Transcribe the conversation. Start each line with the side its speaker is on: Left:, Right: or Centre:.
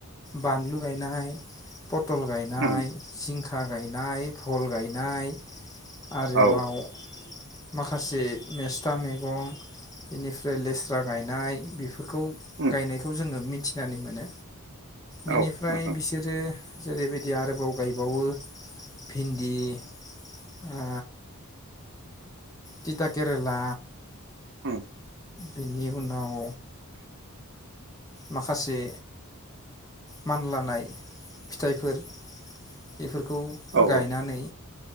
Left: बानलु गायनाय फ फटल गायनाय
Right: उम
Left: जिंखा गायनाय भल गायनाय आरोबाव
Right: औ
Left: माखासे मेस्था मैगं बेनिफ्राय लेस्रा गायनाय बेफोर बेफोरखौ
Right: उम
Left: गायनायखौ जोङो मिथिनानै मोनो बिनिफ्राय
Right: औ नोंथां
Left: बिसोरो जेरैबायदि आरो गोबाव गायबावो भिन्दि ओ थिथा केरेला
Right: उम
Left: बेनि उनाव माखासे मानलानाय फिथाइफोर बेफोरखौ
Right: औ
Left: गायनानै
Right: औ